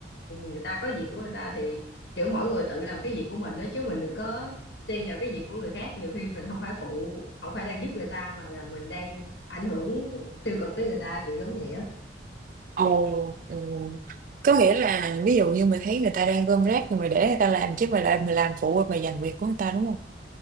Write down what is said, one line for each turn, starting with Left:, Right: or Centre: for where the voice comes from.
Left: người ta có việc của người ta thì kiểu mỗi người tự làm cái việc của mình đó chứ mình đừng có xen vào cái việc của người khác nhiều khi mình không phải phụ không phải đang giúp người ta mà là mình đang ảnh hưởng tiêu cực tới người ta kiểu giống vậy á
Right: Ồ, ừ. Có nghĩa là ví dụ như mày thấy người ta đang gom rác thì mày để người ta làm chứ mày lại mày làm phụ rồi mày giành việc của người ta đúng không?